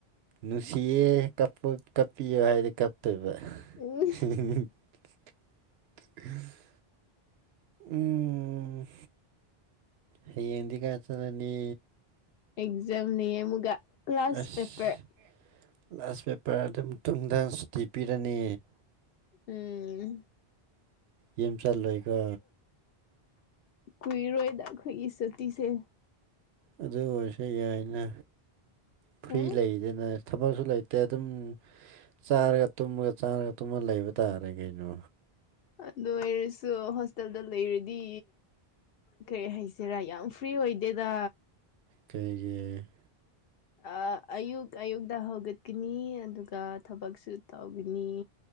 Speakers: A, on the right (about 80°); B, on the left (about 70°).
A: ꯅꯨꯁꯤꯌꯦ ꯀꯞꯄꯨ ꯀꯞꯄꯤꯌꯣ ꯍꯥꯢꯔꯗꯤ ꯀꯞꯇꯣꯢꯕ
B: ꯎꯝ
A: <unintelligible> ꯎꯝ ꯍꯌꯦꯡꯗꯤ ꯀꯥꯢꯗ ꯆꯠꯂꯅꯤ
B: ꯑꯦꯛꯖꯥꯝ ꯂꯩꯌꯦ ꯑꯃꯨꯛꯒ ꯀ꯭ꯂꯥꯁ
A: ꯑꯁ
B: ꯄꯦꯄꯔ
A: ꯂꯥꯁ ꯄꯦꯄꯔ ꯑꯗꯨ ꯃꯇꯨꯡꯗ ꯁꯨꯇꯤ ꯄꯤꯔꯅꯤ
B: ꯎꯝ
A: ꯌꯨꯝ ꯆꯠꯂꯣꯢꯀꯣ
B: ꯀꯨꯢꯔꯣꯢꯗ ꯑꯈꯣꯢꯒꯤ ꯁꯨꯇꯤꯁꯦ
A: ꯑꯗꯨ ꯑꯣꯢꯔꯁꯨ ꯌꯥꯢꯅ ꯐ꯭ꯔꯤ
B: ꯎꯝ
A: ꯂꯩꯗꯅ ꯊꯕꯛꯁꯨ ꯂꯩ ꯇ ꯑꯗꯨꯝ ꯆꯥꯔꯒ ꯇꯨꯝꯃꯒ ꯆꯥꯔꯒ ꯇꯨꯝꯃ ꯂꯩꯕ ꯇꯥꯔꯦ ꯀꯩꯅꯣ
B: ꯑꯗꯨ ꯑꯣꯏꯔꯁꯨ ꯍꯣꯁꯇꯦꯜꯗ ꯂꯩꯔꯗꯤ ꯀꯔꯤ ꯍꯥꯢꯁꯤꯔ ꯌꯥꯝ ꯐ꯭ꯔꯤ ꯑꯣꯢꯗꯦꯗꯥ
A: ꯀꯩꯒꯤ
B: ꯑꯥ ꯑꯌꯨꯛ ꯑꯌꯨꯛꯇ ꯍꯧꯒꯠꯀꯅꯤ ꯑꯗꯨꯒ ꯊꯕꯛꯁꯨ ꯇꯧꯒꯅꯤ